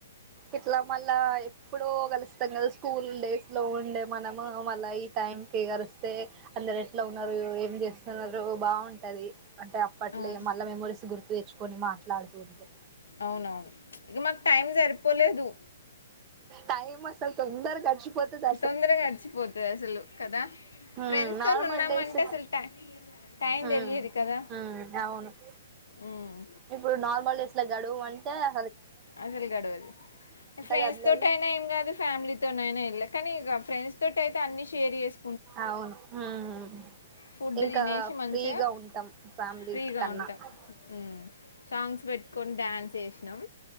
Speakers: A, on the right; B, on the left.
A: ఇట్లా మళ్ల ఇప్పుడు కలుస్తాం కదా స్కూల్ డేస్ లో ఉండే మనము మళ్ళ ఈ టైంకి కలిస్తే అందరు ఎట్లా ఉన్నారు ఏం చేస్తున్నారు బావుంటది. అంటే అప్పట్లో
B: అవును
A: మళ్ళా మెమోరీస్ గుర్తు తెచ్చుకొని మాట్లాడుతూ ఉంటే
B: అవునవును ఇక మాకు టైం సరిపోలేదు
A: టైం అసలు తిందరగా గడించి పోతది.
B: తొందరగా గడిచిపోతది అసలు కదా
A: ఉమ్
B: ఫ్రెండ్స్ తో
A: నార్మల్
B: ఉన్నామ
A: డేస్
B: అంటే అసలు టంక్ టైం
A: ఉమ్
B: తెలియదు కదా
A: ఉమ్ అవును
B: మ్
A: ఇప్పుడు నార్మల్ డేస్ లో గడువు అంటే అ
B: అసలు గడవది ఫ్రెండ్స్
A: కదలది
B: తోట అయినా ఏం కాదు ఫ్యామిలీ తోనాయనా వెళ్ళ కానీ ఫ్రెండ్స్ తోటి అయితే అన్ని షర్ చేస్
A: అవును మ్
B: ఫుడ్
A: ఇంకా
B: తినేసి మంచిగా
A: ఫ్రీగా ఉంటాం ఫ్యామిలీ
B: ఫ్రీగా
A: కన్నా
B: ఉంటాం
A: అ ఆ
B: ఉమ్, సాంగ్స్ పెట్టుకొని డ్యాన్స్ చేసినాం